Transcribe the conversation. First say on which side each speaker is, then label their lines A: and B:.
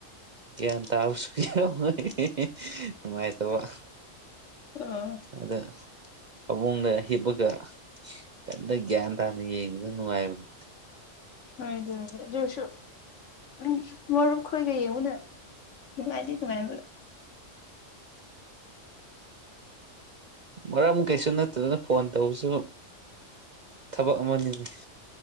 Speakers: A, on the right; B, on the left.
A: ꯒ꯭ꯌꯥꯟ ꯇꯥꯕꯁꯨ ꯌꯥꯎꯋꯦ ꯅꯨꯡꯉꯥꯏꯇꯧꯕ
B: ꯑꯥ
A: ꯑꯗ ꯐꯕꯨꯡꯗ ꯍꯤꯞꯄꯒ ꯀꯝꯇ ꯒ꯭ꯌꯥꯟ ꯇꯥꯅ ꯌꯦꯡꯕꯗ ꯅꯨꯡꯉꯥꯏꯕꯅꯤ
B: ꯍꯥꯏꯗꯗꯦ ꯖꯣꯁꯨ ꯎ ꯃꯔꯨꯞ ꯈꯣꯏꯒ ꯌꯦꯡꯉꯨꯅ ꯅꯨꯡꯉꯥꯏꯗꯤꯦ ꯀꯃꯥꯏ
A: ꯎ ꯃꯔꯝꯛ ꯀꯩꯁꯨ ꯅꯠꯇꯗꯅ ꯐꯣꯟ ꯇꯧꯕꯁꯨ ꯊꯕꯛ ꯑꯃꯅꯤꯅꯤ